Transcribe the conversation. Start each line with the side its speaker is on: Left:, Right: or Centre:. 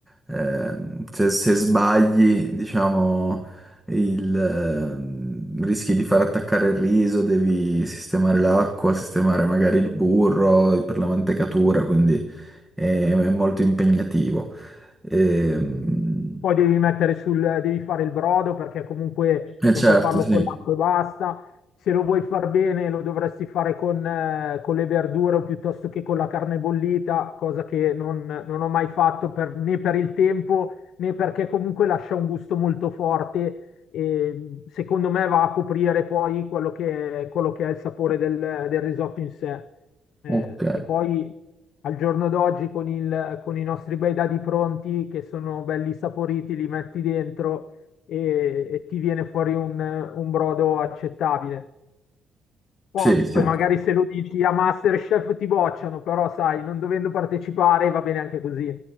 Centre: Eh, se, se sbagli, diciamo, il, ehm, rischi di far attaccare il riso, devi sistemare l'acqua, sistemare magari il burro per la mantecatura, quindi è, è molto impegnativo. Ehm,
Left: Poi devi mettere sul, devi fare il brodo perché comunque
Centre: E,
Left: non
Centre: certo,
Left: puoi farlo
Centre: sì.
Left: con l'acqua e basta. Se lo vuoi far bene lo dovresti fare con, eh, con le verdure o piuttosto che con la carne bollita, cosa che non, non ho mai fatto per- né per il tempo né perché comunque lascia un gusto molto forte e secondo me va a coprire poi quello che, quello che è il sapore del, del risotto in sé. Eh,
Centre: Ok.
Left: e poi al giorno d'oggi con il- con i nostri bei dadi pronti che sono belli saporiti, li metti dentro e, e ti viene fuori un, un brodo accettabile. Poi
Centre: Sì, sì.
Left: magari se lo dici a MasterChef ti bocciano, però sai, non dovendo partecipare va bene anche così.